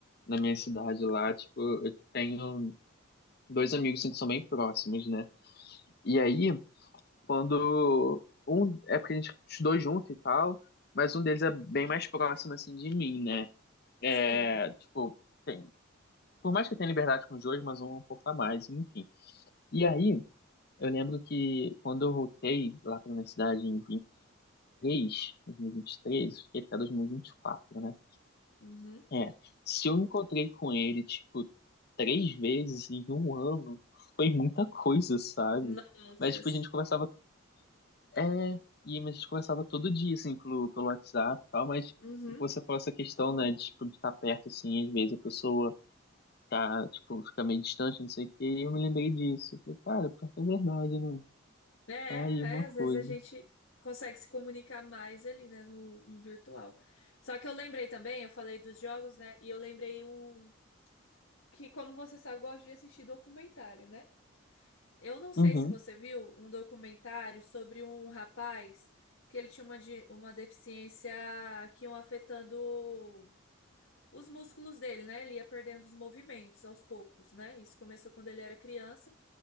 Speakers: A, on the left; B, on the left.
A: Na minha cidade lá, tipo, eu tenho dois amigos assim, que são bem próximos, né? E aí. Quando um. É porque a gente estudou junto e tal, mas um deles é bem mais próximo, assim, de mim, né?
B: Sim.
A: É, tipo, tem. Por mais que eu tenha liberdade com os dois, mas um é um pouco a mais, enfim. E aí, eu lembro que quando eu voltei lá pra universidade em 23, 2023, fiquei até dois mil e vinte e quatro né?
B: Uhum.
A: É, se eu encontrei com ele, tipo, três vezes em um ano, foi muita coisa, sabe?
B: Nossa.
A: Mas, tipo,
B: sim.
A: a gente conversava É, e mas a gente conversava todo dia, assim, pelo, pelo WhatsApp e tal, mas
B: Uhum.
A: você falou essa questão, né, de, tipo, de estar perto, assim, às vezes a pessoa tá, tipo, fica meio distante, não sei o quê, e eu me lembrei disso. Eu falei, cara, pior que é verdade, né?
B: É, é,
A: Tá aí uma
B: às
A: coisa.
B: vezes a gente consegue se comunicar mais ali, né, no, no virtual. Só que eu lembrei também, eu falei dos jogos, né, e eu lembrei um que, como você sabe, eu gosto de assistir documentário, né? Eu não sei
A: Uhum,
B: se você viu um documentário sobre um rapaz que ele tinha uma, de- uma deficiência que iam afetando os músculos dele, né? Ele ia perdendo os movimentos aos poucos, né? Isso começou quando ele era criança